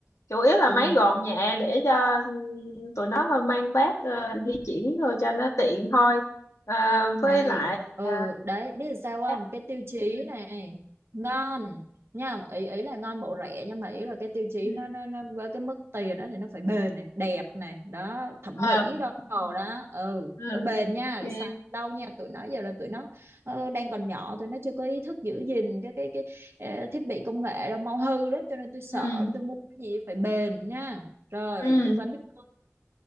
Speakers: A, on the left (about 75°); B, on the right (about 55°).
A: Chủ yếu là
B: ừ
A: máy gọn nhẹ để cho ừm, tụi nó mang vác ờ, di chuyển rồi cho nó tiện thôi. À,
B: này
A: với lại
B: ừ
A: à,
B: đấy biết sao không
A: chắc-
B: cái tiêu chí
A: ừ.
B: này ngon nha ý ý là ngon bộ rẻ nhưng mà ý là cái tiêu chí
A: Ừ.
B: nó nó nó với cái mức tiền đó thì nó phải bền này đẹp này đó thẩm
A: Ờ,
B: mỹ đồ
A: ừ.
B: đó ừ
A: Ừ.
B: nó bền nha
A: Ok.
B: để xài lâu nha tụi nó giờ là tụi nó ờ, đang còn nhỏ tụi nó chưa có ý thức giữ gìn cái cái cái ờ, thiết bị công nghệ đâu mau hư lắm cho nên tôi sợ
A: Ừ.
B: tôi muốn cái gì phải bền nha rồi
A: Ừ.
B: tư vấn giúp tôi